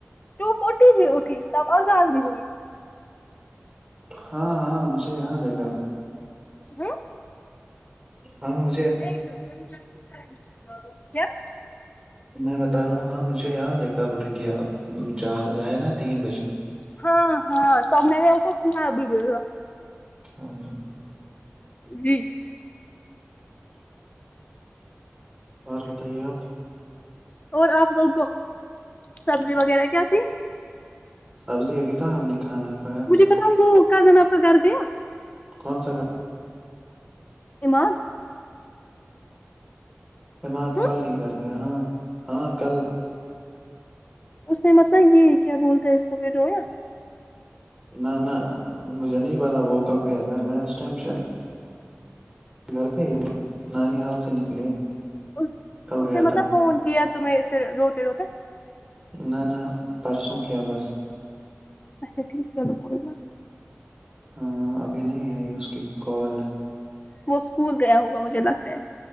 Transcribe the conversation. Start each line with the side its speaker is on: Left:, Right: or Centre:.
Left: ٹ فٹی بھی اٹھی تب اگ آ بھی ہوئی
Right: ہاں ہاں مجھے یاد ہے گا
Left: ہ
Right: ہاں م
Left: <inaudible>
Right: میں بتا رہا ہوں ہاں مجھے یاد ہے آ بٹھی تھی آپ چار آئے نا تین بجے
Left: ہاں ہاں توم نے بھی آ کو سنا بی بی
Right: ہاں جی
Left: جی
Right: اور بتائیے آپ
Left: اور آپ لوگوں کو سبزی وغیرہ کیا تھی
Right: سبزی ابھی کہاں ہم نے کھانا کھایا
Left: ج بتاؤ وہ کزن آپ کا گھر گیا
Right: کون سا گ
Left: ایما
Right: اماتات
Left: ہاں
Right: کل ہی کر گیا ہاں ہاں کل
Left: اس نے متلب یہ کیا بولتا ہے اس کو پ رویا
Right: نہ نہ مجھے نہیں پتا وہ کب گھر میں اس ٹائم شاید گھر پہ ہی نانی ہال سے نکل
Left: اس
Right: گیا
Left: نے مطلب
Right: تھا
Left: فون کیا تمیں پھر روتے روتے
Right: ن ن پرسوں کی بس
Left: اچھا ٹھیک چلو کوئی بات
Right: ہ ابھی نہیں ہے اس کی کال
Left: وہ اسکول گیا ہوگا مجھے لگتا ہے